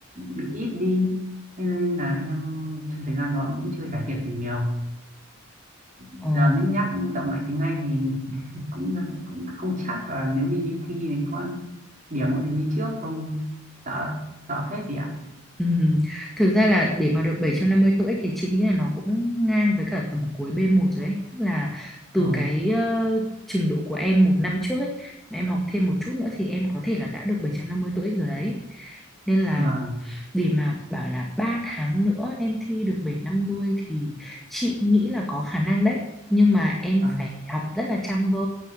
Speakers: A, on the right; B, in the centre.
A: bị ít đi thế nên là em trong thời gian đó cũng chưa cải thiện gì nhiều giờ
B: Ồ.
A: nếu nhắc động lại tiếng Anh thì <laughs> cũng cũng không chắc là nếu đi đi thi thì có điểm có được như trước không sợ sợ phết chị ạ
B: Ừm, Thực ra là để mà được 750 TOEIC thì chị nghĩ là nó cũng ngang với cả tầm cuối b một rồi ấy. Tức là từ
A: ồ
B: cái ờ, trình độ của em một năm trước ấy mà em học thêm một chút nữa thì em có thể là đã được 750 TOEIC rồi đấy. Nên là
A: vâng
B: để mà bảo là 3 tháng nữa em thi được bảy trăm năm mươi thì chị nghĩ là có khả năng đấy. Nhưng mà em
A: à,
B: phải học rất là chăm cơ.